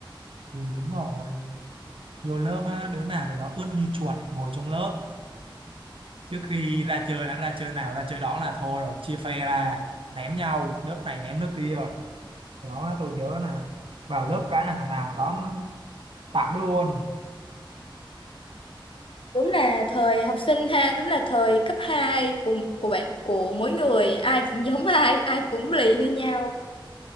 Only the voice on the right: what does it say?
thì đúng rồi vô lớp á đứa nào để đó ướt như chuột ngồi trong lớp trước khi ra chơi đã ra chơi nào ra chơi đó là thôi rồi chia phe ra ném nhau lớp này ném lớp kia đó tôi nhớ là vào lớp cái là thằng nào đó nó tạm luôn